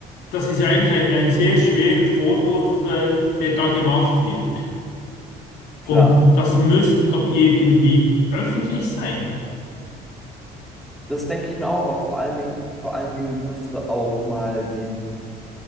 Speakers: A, on the left (about 80°); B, in the centre.
A: das ist eigentlich ein, ein sehr schwerer Vorwurf, äh, der da gemacht wird.
B: klar.
A: Und das müsste doch irgendwie öffentlich sein.
B: Das denke ich mir auch. Und vor allen Dingen, vor allen Dingen müsste auch mal die,